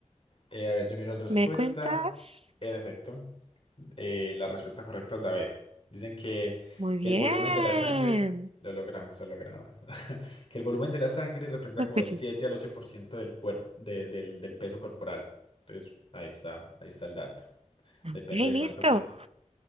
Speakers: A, on the left (about 45°); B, on the right (about 50°).
A: Eh, a ver, yo miro la respuesta.
B: ¿Me cuentas?
A: En efecto, eh, la respuesta correcta es la B. Dicen que,
B: Muy
A: que
B: bien.
A: el volumen de la sangre, lo logramos, lo logramos, <laughs> que el volumen de la sangre representa
B: Lo
A: como
B: escucho.
A: del 7 al 8% del cuerpo, del, del peso corporal. Entonces, ahí está, ahí está el dato. Depende
B: Ok, listo.
A: de cuánto pese.